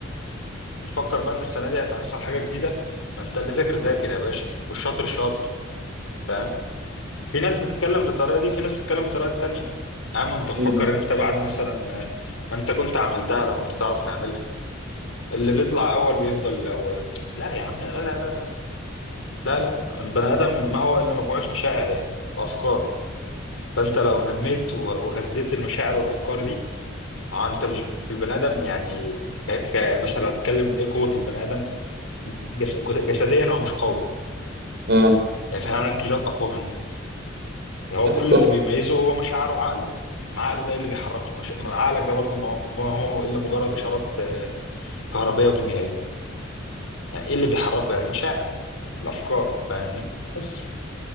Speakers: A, on the left; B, on the right.
A: نفكر بقى ان السنه دي هتحصل حاجه جديده ما انت اللي ذاكر ذاكر يا باشا والشاطر شاطر فاهم في ناس بتتكلم بالطريقه دي في ناس بتتكلم بالطريقه التانيه يا عم انت تفكر
B: مم.
A: ان انت بعد مثلا ما انت كنت عملتها لو كنت تعرف تعملها اللي بيطلع اول بيفضل الاول لا يا عم لا لا لا لا لا لا لا البني ادم ما هو الا مجموعه مشاعر يعني وافكار فانت لو نميت و- وغذيت المشاعر والافكار دي اه انت مش في البني ادم يعني ك... ك- مثلا لو هتتكلم ايه قوه البني ادم جس... جسديا هو مش قوي
B: اه
A: يعني في حيوانات كتير اقوى منه هو
B: صح
A: كل
B: صح
A: اللي بيميزه هو مشاعره وعقله ما عقله ده اللي بيحركه مش... ما عقلك ده برضه ما هو ما هو الا مجرد اشارات آه، كهربيه وكيميائيه يعني ايه اللي بيحركه يعني المشاعر الافكار فاهمني بس